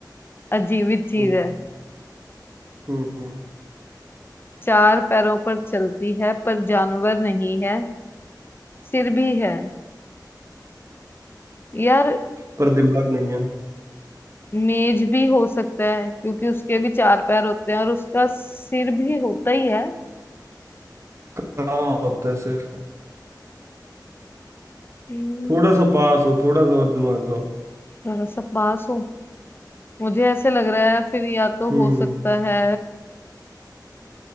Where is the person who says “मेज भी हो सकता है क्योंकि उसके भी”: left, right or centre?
Left